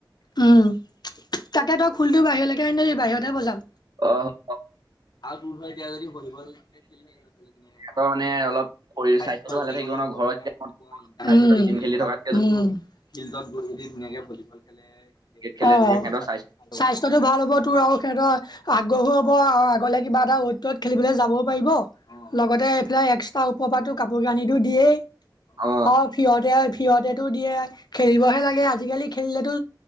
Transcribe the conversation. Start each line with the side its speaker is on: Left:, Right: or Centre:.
Left: উম। তাকে তই খুলটো বাহিৰলৈকে আনিলি বাহিৰতে বজাম।
Right: অ হ'ব।
Left: আৰু এতিয়া যদি প খ থাকে ল' ছোৱালীখিনে
Right: সিহঁতৰ মানে
Left: অল
Right: অলপ শৰীৰ
Left: স্বাস্থ্যটো ভাল
Right: ভালে
Left: থাকিব।
Right: থাকিব ন ঘৰত যেতিয়া অকণ ৰাতিপুৱা
Left: উম,
Right: গেম খেলি থকাতকে
Left: উম। ফিল্ডত গৈ যদি ধুনীয়াকে ভলীবল খেলে ক্ৰিকেট
Right: খেলে
Left: খে
Right: তেতিয়া সিহঁতৰ স্বাস্থ্য
Left: স্বাস্থ্য টো ভাল হ'ব তোৰ আৰু সিহঁতৰ আগ্ৰহো হ'ব আৰু আগলে কিবা এটা ত খেলিবলৈ যাবও পাৰিব লগতে এইফালে এক্সট্ৰা ওপৰ পো কাপোৰ কানি তো দিয়েই।
Right: অ
Left: অঁ, সিহতে সিহঁতেটো দিয়ে খেলিবহে লাগে আজিকালি খেলিলেতো